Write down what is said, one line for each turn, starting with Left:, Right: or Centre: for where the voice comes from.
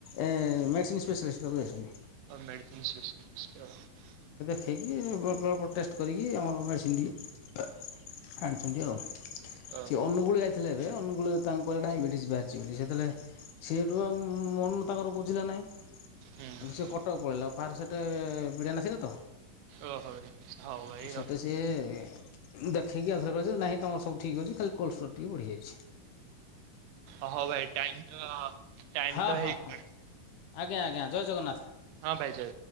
Left: ଏ ମେଡ଼ିସିନ୍ ସ୍ପେଶାଲିଷ୍ଟ ପାଖକୁ ଯାଇଛନ୍ତି।
Right: ହଁ ମେଡିସିନ୍ ସେ <unintelligible>
Left: ଖେଇକି ବ୍ ବ ଟେଷ୍ଟ କରିକି ଆମର ମେଡ଼ିସିନ ଟିଏ ଆଣିଛନ୍ତି ଆଉ।
Right: ଓ
Left: ସେ ଅନୁଗୁଳ ଯାଇଥିଲେ ଏବେ ଅନୁଗୁଳ ତାଙ୍କ ଡାଇବେଟିସ ବାହାରିଛି ବୋଲି ସେତେଳେ ସେଠୁ ଆଉ ମନ ତାଙ୍କର ବୁଝିଲା ନାହିଁ
Right: ହୁଁ।
Left: ଆଠୁ ସେ କଟକ ପଳେଇଲ ପାର ସେଟେ ବିଡ଼ା ନାସି ରେ ତ?
Right: ଓ ହ ଭାଇ ହଉ ଭାଇ
Left: ସେଟା
Right: ରଉ
Left: ସିଏ ଦେଖେଇକି ଆଉଥରେ କରି ନାହିଁ ତମର ସବୁ ଠିକ୍ ଅଛି ଖାଲି କୋଲଷ୍ଟୋର ଟିକେ ବଢିଯାଇଛି।
Right: ଓହୋ ଭାଇ ଟାଇମ ତ ଟାଇମ
Left: ହଁ
Right: ତ
Left: ହଁ
Right: ହେଇଗଲାଣି।
Left: ହଁ ଆଜ୍ଞା ଆଜ୍ଞା ଜୟ ଜଗନ୍ନାଥ।
Right: ହଁ ଭାଇ ଜୟ